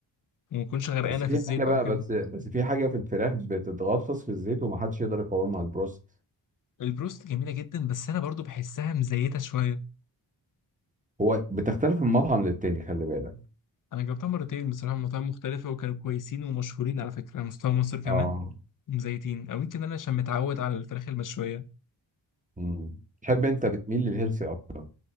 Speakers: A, on the left (about 45°); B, on the right (about 15°).
A: وما تكونش غرقانة
B: بس في
A: في الزيت
B: حاجه
A: بقى
B: بقى
A: وكده
B: بس بس في حاجه في الفراخ بتتغطس في الزيت ومحدش يقدر يقاومها البروست
A: البروست جميلة جدا بس انا برضو بحسها مزيتة شوية
B: هو بتختلف من مطعم للتاني خلي بالك
A: انا جربتها مرتين بصراحة من مطاعم مختلفة وكانوا كويسين ومشهورين على فكرة على مستوى مصر كمان
B: اه
A: مزيتين او يمكن انا عشان متعود على الفراخ المشوية
B: مم. تحب انت بتميل للهيلثي اكتر